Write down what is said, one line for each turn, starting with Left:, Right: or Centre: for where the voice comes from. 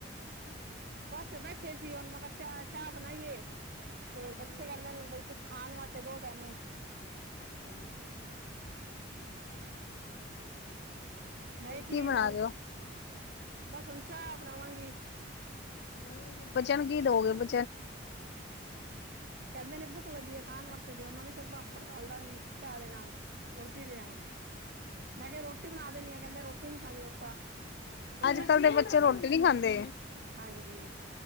Right: ਬਸ ਬੈਠੇ ਸੀ ਹੁਣ ਮੈਂ ਕੱਚਾ ਚਾਹ ਬਣਾਈਏ ਬੱਚੇ
Left: ਅੱਛਾ
Right: ਕਹਨਦੇ
Left: ਜੀ
Right: ਨੇ ਕੁਝ ਖਾਣ ਵਾਸਤੇ ਦੋ ਸਾਨੂੰ
Left: ਅੱਛਾ ਜੀ
Right: ਮੈਂ
Left: ਫੇਰ
Right: ਕੀ
Left: ਬਣਾ
Right: ਹੁਣ
Left: ਰਹੇ ਹੋ
Right: ਬਸ ਹੁਣ ਚਾਹ ਬਣਾਵਾਂਗੀ
Left: ਨਈ, ਫਿਰ ਬੱਚੇਆਂ ਨੂੰ ਕੀ ਦੋਗੇ? ਬ
Right: ਕੈਂਦੇ ਨੇ ਬੁਕ ਲੱਗੀ ਏ ਖਾਣ ਵਾਸ ਤੇ ਦੇਓ ਮੈ ਗੇ ਚਲ ਪਾਪੜ ਤਾਲ ਦਾਂਗੀ ਚਾਰ ਨਾਲ। ਹੋਰ ਕਿਵੇਂ ਆ? ਮੈਂ ਕੇਆ ਰੋਟੀ ਬਣਾ ਦੇਨੀ ਆ ਕੈਂਦਾ ਰੋਟੀ ਨੀ ਖਾਣੀ ਅਪਾਂ। ਕੁਛ
Left: ਅੱਜ
Right: ਵੈਸੇ
Left: ਕੱਲ੍ਹ ਦੇ
Right: ਬਣਾ
Left: ਬੱਚੇ
Right: ਕੇ ਦੇਓ,
Left: ਰੋਟੀ ਨਹੀਂ ਖਾਂਦੇ
Right: ਹਾਂਜੀ।